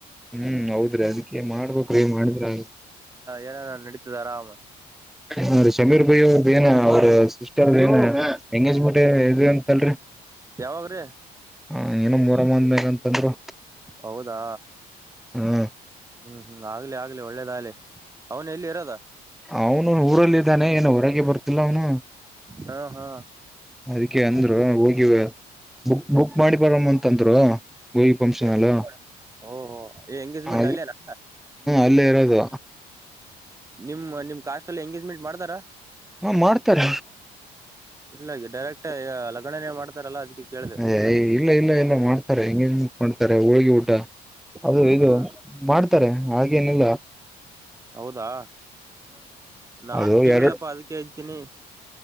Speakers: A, in the centre; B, on the right.
A: ಹ್ಮ್ ಹೌದ್ರಿ ಅದಕ್ಕೆ ಮಾಡ್ಬೇಕ್ರ ಮಾಡಿದ್ರ
B: ಏನ ನಡೀತದ ಆರಾಮ
A: ಹೀ ಸಮೀರ್ ಭಯಿ ಅವ್ರದ ಏನ ಅವ್ರ ಸಿಸ್ಟರ್ ಏನ ಎಂಗೇಜ್ಮೆಂಟ್ ಇ ಅಂತಲ್ರಿ
B: ಯಾವಾಗ್ರೀ
A: ಹ ಏನ ಮರ ಬಂದ ಮೇಗ ಅಂತಂದ್ರರು
B: ಹೌದಾ
A: ಹ್ಮ
B: ಹ್ಮ್ ಹ್ಮ್ ಆಗ್ಲಿ ಆಗ್ಲಿ ಒಳ್ಳೇದಲಿ ಅವನು ಎಲ್ಲಿ ಇರೋದ
A: ಅವನು ಊರಲ್ಲ ಇದಿದ್ದಾನೆ ಏನು ಹೊರಗೆ ಬರ್ತಿಲ್ಲ ಅವನು
B: ಹಾ ಹಾ
A: ಅದಕ್ಕೆ ಅಂದ್ರ ಹೋಗಿವಕ್ ಬುಕ್ ಮಾಡಿ ಬರಾಮ ಅಂತಂದ್ರು ಗೋಗಿ ಪಂಕ್ಷನ್ಲ್ಲ
B: ಏನ್ ಓಹೋ ಏ ಎಂಗೇಜ್ಮೆಂಟ್
A: ಹ
B: ಅಲ್ಲೇನಾ
A: ಎಲ್ಲ ಇರೋದು
B: ನಿಮ್ ನಿಮ್ ಕಾಸ್ಟ್ ಅಲ್ಲಿ ಎಂಗೇಜ್ಮೆಂಟ್ ಮಾಡ್ತಾರಾ
A: ಹಾ ಮಾಡ್ತಾರ
B: ಇಲ್ಲ ಡೈರೆಕ್ಟ್ ಲಗಣನೆ ಮಾಡ್ತಾರಲ್ಲ ಅದಕ್ಕೆ ಕೇಳಿದೆ
A: ಅ ಇಲ್ಲ ಇಲ್ಲ ಇಲ್ಲ ಮಾಡ್ತಾರೆ ಹೆಂಗಜ್ಮೆಂಟ್ ಮಾಡ್ತಾರೆ ಹೋಳ್ ಅದು
B: ಹ್ಮ್
A: ಇದು
B: ಹ್ಮ್
A: ಮಾಡ್ತಾರೆ ಹಾಗೇನಲ್ಲ
B: ಹೌದಾ ನಾನ್
A: ಅದು
B: ಕೇಳಿಲ್ಲಪ್ಪ
A: ಎರಡು
B: ಅದಕ್ಕೆ ಅಂತೀನಿ